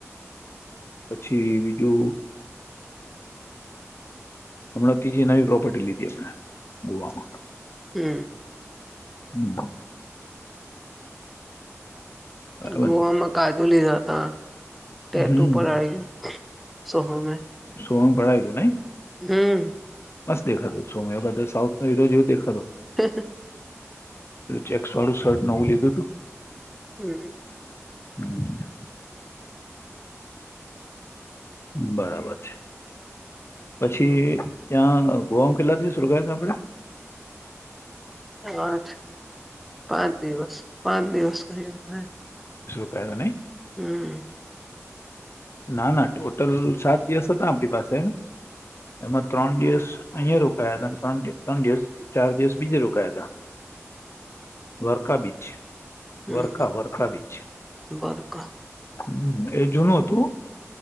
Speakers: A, on the left; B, in the centre.
A: પછી બીજું હમણાં ત્રીજી નવી પ્રોપર્ટી લીધી હમણા ગોવામાં
B: હમ.
A: હમ. બરાબર
B: ગોવામાં
A: ને
B: કાજુ લીધાતા ટેટુ
A: હમ
B: પડાઈ સોહમે,
A: તો પડાયું તું નહી
B: હમ.
A: બસ દેખાતો છું મે વખતે સાઉથ નો હીરો જેવ દેખાતો હતો
B: હ.
A: ચેક્સ વાળું શર્ટ નવું લીધું હતું.
B: હમ.
A: હમ બરાબર છે પછી ત્યાં ગોવામ કેલ્લા દિવસ રોકાયાત આપણેે?
B: આઠ પાંચ દિવસ પાંચ દિવસ કર્યો
A: ક જા નને
B: હમ
A: ના ના ટોટલ સાત દિવસ હતા આપણી પાસે એમાં ત્રણ દિવસ અહિયાંયા રોકાયા હતા, ત્રણ ત્રણ દિવસ ચાર દિવસ બીજે રોકાયા હતા.
B: <unintelligible>
A: વર્કા બીચ
B: હમ
A: વર્કા વર્કા બીચ
B: બરકા
A: હમ એ જૂનું હતું,